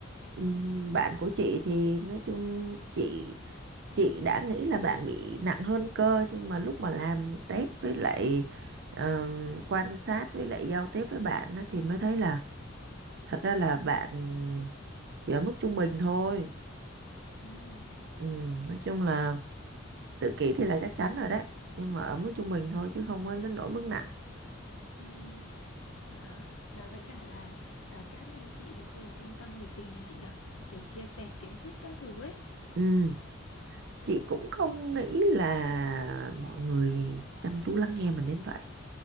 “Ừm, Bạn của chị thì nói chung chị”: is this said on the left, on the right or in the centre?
Right